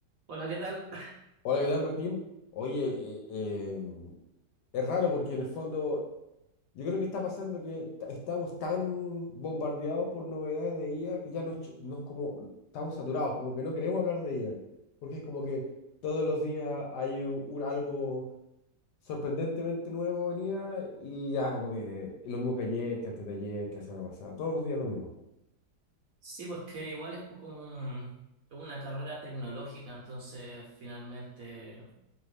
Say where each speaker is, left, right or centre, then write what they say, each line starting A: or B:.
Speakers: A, on the right; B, on the left.
A: Hola, ¿qué tal?
B: Hola, ¿qué tal, Martín? Oye, eh, em, es raro porque en el fondo yo creo que está pasando que ta- estamos tan bombardeados por novedades de IA que ya nos, ch- nos como estamos saturados, como que no queremos hablar de IA, porque es como que todos los días hay u- un, algo sorprendentemente nuevo en IA y ya como que lo mismo que ayer, que antes de ayer, que la semana pasada, todos los días lo mismo.
A: Sí, pues que igual es como un- es una carrera tecnológica, entonces finalmente